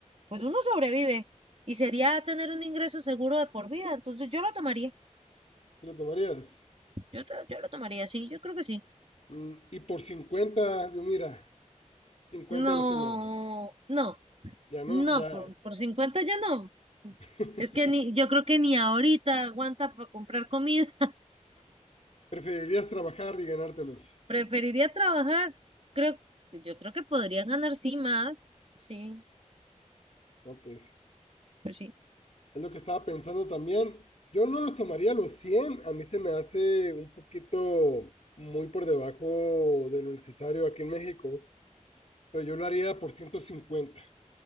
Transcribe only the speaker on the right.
pues uno sobrevive. Y sería tener un ingreso seguro de por vida. Entonces yo lo tomaría.
Yo, to- yo lo tomaría, sí, yo creo que sí.
No,
no,
no,
por, por 50 ya no.
Es que ni, yo creo que ni ahorita aguanta para comprar comida. <laughs>
Preferiría trabajar. Creo, yo creo que podría ganar sí más. Sí.
Pues sí.